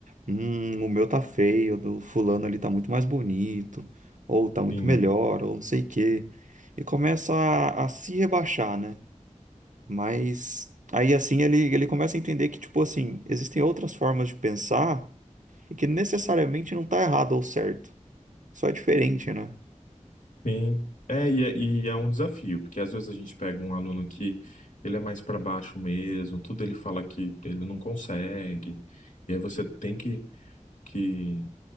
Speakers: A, on the right; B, on the left.
A: hum, o meu tá feio, o do fulano ali tá muito mais bonito, ou tá muito
B: Sim.
A: melhor, ou não sei o quê. E começa a a se rebaixar, né? Mas aí assim ele, ele começa a entender que, tipo assim, existem outras formas de pensar e que necessariamente não tá errado ou certo. Só é diferente, né?
B: Sim. É, e é, e é um desafio, porque às vezes a gente pega um aluno que ele é mais para baixo mesmo, tudo ele fala que ele não consegue, e aí você tem que, que,